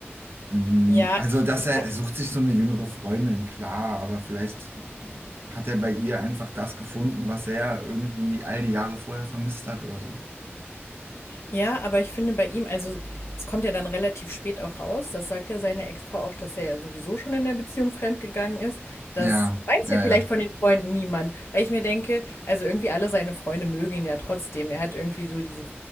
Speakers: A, on the right; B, on the left.
A: Mm,
B: Ja,
A: Also,
B: ich,
A: dass
B: ich
A: er, er sucht sich so eine jüngere Freundin, klar, aber vielleicht hat er bei ihr einfach das gefunden, was er irgendwie all die Jahre vorher vermisst hat oder so.
B: Ja, aber ich finde bei ihm, also es kommt ja dann relativ spät auch raus, das sagt ja seine Ex-Frau auch, dass er ja sowieso schon in der Beziehung fremdgegangen ist. Das
A: Ja,
B: weiß
A: ja,
B: ja vielleicht
A: ja.
B: von den Freunden niemand, weil ich mir denke, also irgendwie alle seine Freunde mögen ihn ja trotzdem. Er hat irgendwie so diese,